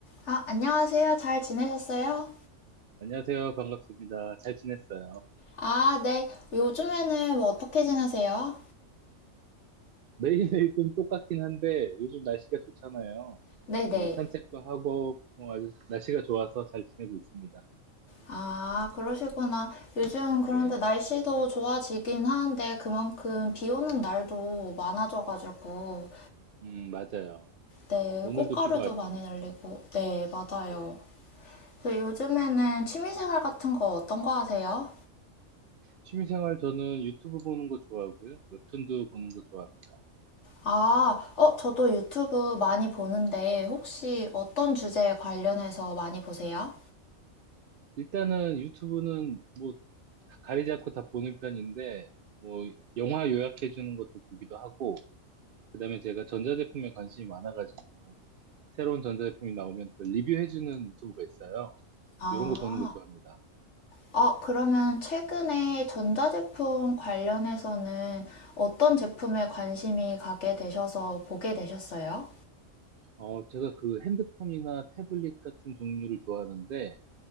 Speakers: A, on the left (about 60°); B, on the right (about 55°).
A: 아, 안녕하세요. 잘 지내셨어요?
B: 안녕하세요. 반갑습니다. 잘 지냈어요.
A: 아, 네. 요즘에는 뭐 어떻게 지내세요?
B: 매일매일 좀 똑같긴 한데 요즘 날씨가 좋잖아요.
A: 네네.
B: 뭐 산책도 하고 뭐 아주 날씨가 좋아서 잘 지내고 있습니다.
A: 아, 그러시구나. 요즘 그런데
B: 네.
A: 날씨도 좋아지긴 하는데 그만큼 비 오는 날도 많아져가지고,
B: 음, 맞아요.
A: 네,
B: 오늘도
A: 꽃가루도
B: 비가 왔죠.
A: 많이 날리고, 네, 맞아요.
B: 네.
A: 그래서 요즘에는 취미생활 같은 거 어떤 거 하세요?
B: 취미생활 저는 유튜브 보는 거 좋아하고요. 웹툰도 보는 거 좋아합니다.
A: 아, 어, 저도 유튜브 많이 보는데 혹시 어떤 주제에 관련해서 많이 보세요?
B: 일단은 유튜브는 뭐 다 가리지 않고 다 보는 편인데 뭐 영화 요약해 주는 것도 보기도 하고 그다음에 제가 전자제품에 관심이 많아가지고 새로운 전자제품이 나오면 그 리뷰해주는 유튜브가 있어요.
A: 아.
B: 이런 거 보는 거 좋아합니다.
A: 아, 그러면 최근에 전자제품 관련해서는 어떤 제품에 관심이 가게 되셔서 보게 되셨어요?
B: 어, 제가 그 핸드폰이나 태블릿 같은 종류를 좋아하는데,